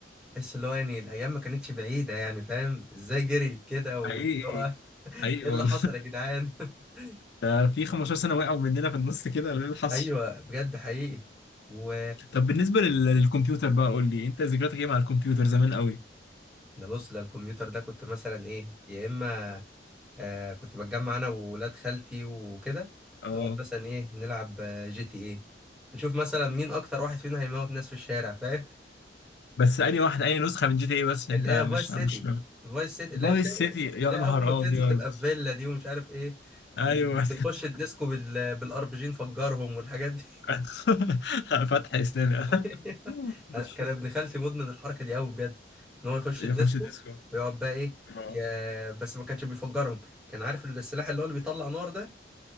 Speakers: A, in the centre; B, on the left.
A: تحس اللي هو يعني الايام ما كانتش بعيده يعني فاهم ازاي جريت كده واللي
B: حقيقي
A: هو <laughs>
B: حقيقي
A: ايه
B: والله
A: اللي حصل يا جدعان <laughs>
B: <laughs> ده في 15 سنه وقعوا مننا في النص كده ولا ايه اللي حصل
A: ايوه بجد حقيقي و
B: طب بالنسبه لل- للكمبيوتر بقى قول لي انت ذكرياتك ايه مع الكمبيوتر زمان قوي
A: ده بص ده الكمبيوتر ده كنت مثلا ايه يا اما آه كنت بتجمع انا وولاد خالتي وكده
B: اه
A: نقعد مثلا ايه نلعب آه، جي تي ايه نشوف مثلا مين اكتر واحد فينا هيموت ناس في الشارع فاهم
B: بس انهي واحد انهي نسخه من جي تي اي بس عشان
A: اللي
B: انت مش
A: هي فايس
B: مش
A: سيتي فايس سيتي اللي
B: فايس
A: هي بت...
B: سيتي يا
A: اللي هي
B: نهار
A: اول ما بتنزل
B: ابيض
A: تبقى في فيلا دي ومش عارف ايه
B: ايوه
A: بنخش الديسكو بال... بالار بي جي نفجرهم والحاجات دي
B: <laughs> فتح اسلامي
A: <laughs>
B: مش-
A: كان ابن خالتي مدمن الحركه دي قوي بجد ان هو يخش
B: يخش
A: الديسكو
B: الديسكو
A: ويقعد بقى ايه
B: اه
A: يا... بس ما كانش بيفجرهم كان عارف السلاح اللي هو اللي بيطلع نار ده